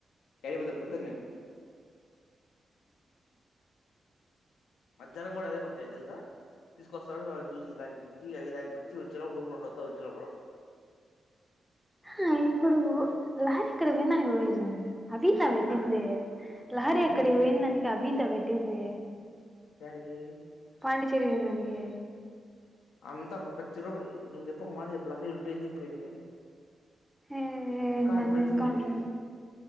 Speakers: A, on the left (about 80°); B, in the centre.
A: అయిపోతాది పొద్దునే మధ్యాహ్నం కూడా అదే పని చేదు తెలుసా తీసుకొస్తాడు అవి జ్యూసులు తాగిపించి అవి తాగిపించి వచ్చేప్పుడు రూడు రండు వస్తా వచ్చేప్పుడు
B: ఆ, ఇప్పుడు లారీ ఇక్కడ విన్నాాలి పోయసి అబీతా వెటింద
A: ఆ?
B: లారీ
A: ఏంది
B: అక్కడ పోయిందానికి అబి తా పెట్టింది
A: యాదికి
B: ఆంటీకిషేర్ చెయ్యన్న అందుకే
A: అంతా పతి రూపాయి నువ్వు చెప్పు ఒక మాట చెప్పు లహరి వింటే ఏంది విపేంది
B: ఏ, ఏ,
A: కాన్ఫరెన్స్
B: దాని మీద
A: అని
B: కాన్ఫిడెన్స్
A: చెప్పింది